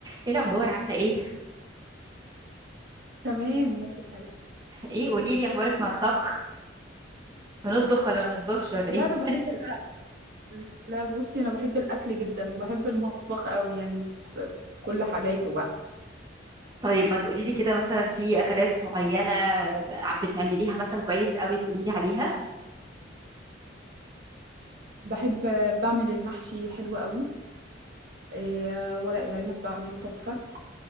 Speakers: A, on the right (about 20°); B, on the right (about 55°).
A: ايه الاخبار عامله ايه
B: تمام ماشي الحال
A: ايه قولي لي اخبارك مع الطبخ بنطبخ ولا ما بنطبخش ولا
B: لا
A: ايه
B: انا بحب الاكل لا بصي انا بحب الاكل جدا وبحب المطبخ قوي يعني ب- كل حاجاته بقى
A: طيب ما تقولي لي كده مثلا في اكلات معينه بتعمليها مثلا كويس قوي تقولي لي عليها
B: بحب بعمل المحشي حلو قوي آه ورق العنب بعمله تحفة